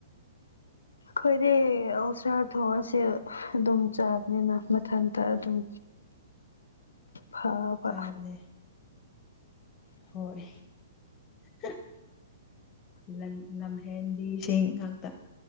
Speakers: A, on the left; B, on the left.
A: ꯈꯣꯏꯗꯤ ꯑꯜꯁ꯭ꯔ ꯍꯣꯏꯁꯦ ꯑꯗꯨꯝ ꯆꯥꯕꯅꯤꯅꯥ ꯃꯊꯟꯇ ꯑꯗꯨꯝ ꯐꯥꯕ
B: ꯆꯥꯕꯅꯦ ꯍꯣꯏ, ꯍ ꯂꯟ ꯂꯝꯍꯦꯟꯕꯤꯁꯤꯡ ꯉꯥꯛꯇ